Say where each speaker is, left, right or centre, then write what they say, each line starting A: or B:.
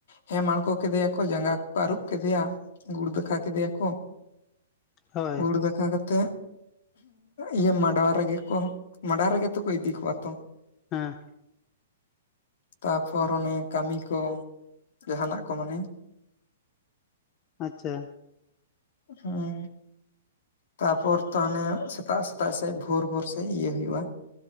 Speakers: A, on the left (about 55°); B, on the left (about 20°).
A: ᱦᱮᱸᱢ ᱟᱬᱜᱳ ᱠᱮᱫᱮᱭᱟ ᱠᱚ ᱡᱟᱸᱜᱟ ᱠᱚᱠᱚ ᱟᱹᱨᱩᱵ ᱠᱮᱫᱮᱭᱟ ᱜᱩᱲ ᱫᱟᱠᱟ ᱠᱮᱫᱮᱭᱟ ᱠᱚ
B: ᱦᱳᱭ
A: ᱜᱩᱲ ᱫᱟᱠᱟ ᱠᱟᱛᱮᱜ ᱤᱭᱟᱹ ᱢᱟᱰᱣᱟ ᱨᱮᱜᱮ ᱠᱚ ᱢᱟᱰᱣᱟ ᱨᱮᱜᱮ ᱛᱚ ᱠᱚ ᱤᱫᱤ ᱠᱚᱣᱟ ᱛᱚ᱾
B: ᱦᱮᱸ᱾
A: ᱛᱟ ᱯᱚᱨ ᱚᱱᱮ ᱠᱟᱹᱢᱤ ᱠᱚ ᱡᱟᱦᱟᱱᱟᱜ ᱠᱚ ᱢᱟᱱᱮ᱾
B: ᱟᱪᱪᱷᱟ᱾
A: ᱦᱮᱸ᱾ ᱛᱟᱯᱚᱨ ᱛᱚ ᱦᱟᱱᱮ ᱥᱮᱛᱟᱜ ᱥᱮᱛᱟᱜ ᱥᱮᱡ ᱵᱷᱳᱨ ᱵᱷᱳᱨ ᱥᱮᱡ ᱤᱭᱟᱹ ᱦᱩᱭᱩᱜᱼᱟ᱾